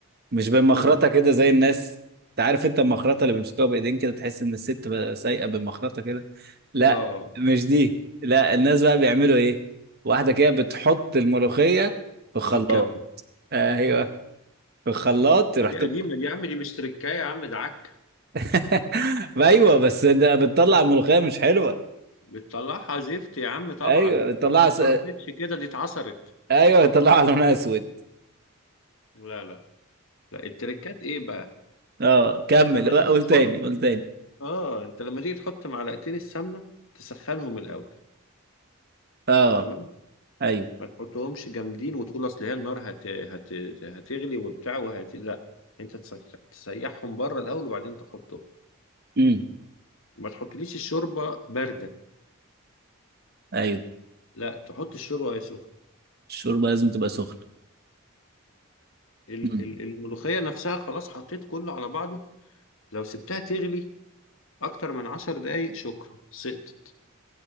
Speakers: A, on the right (about 45°); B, on the left (about 60°).
A: مش بالمخرطة
B: مم.
A: كده زي الناس انت عارف انت المخرطة اللي بيمسكوها بايدين كده تحس ان الست بقى سايقة بالمخرطة كده لا
B: اه
A: مش دي لا الناس بقى بيعملوا ايه واحدة كده بتحط الملوخية في الخلاط
B: في الكبة
A: ايوه في الخلاط رحت
B: دي قديمة دي يا عم دي مش تركاية يا عم ده عك
A: <laughs> ما ايوه بس انت بتطلع ملوخيه مش حلوه
B: بتطلعها زفت يا عم طبعا
A: ايوه بتطلع
B: ده ما اتخرطتش
A: س...
B: كده دي اتعصرت
A: ايوه بتطلع لونها اسود
B: لا لا لا التركات ايه بقى
A: اه كمل
B: لما
A: قول
B: تيجي تحط
A: تاني قول تاني
B: اه انت لما تيجي تحط معلقتين السمنة تسخنهم الأول
A: اه
B: تمام
A: ايوه
B: ما تحطهمش جامدين وتقول اصل هي النار هت... هت... هتغلي وبتاع وهت لا انت تسخ... تسيحهم بره الأول وبعدين تحطهم
A: امم
B: ما تحطليش الشوربة باردة
A: ايوه
B: لا تحط الشوربة وهي سخنة
A: الشوربه لازم تبقى سخنه
B: ال-
A: امم
B: ال- الملوخية نفسها خلاص حطيت كله على بعضه لو سبتها تغلي أكتر من عشر دقايق شكرا سقطت